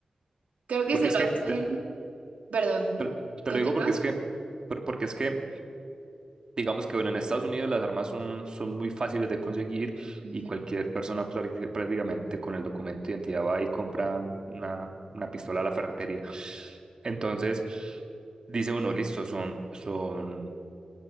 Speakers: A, on the right; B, on the right.
A: Creo que
B: Porque
A: si lo
B: es que,
A: hacen,
B: te,
A: perdón,
B: te- te
A: continúa.
B: lo digo porque es que, por- porque es que, digamos que, bueno, en Estados Unidos las armas son, son muy fáciles de conseguir
A: Ujú.
B: y cualquier persona prácti- prácticamente con el documento de identidad va y compra una, una pistola a la ferretería. Entonces, dice uno, listo, son, son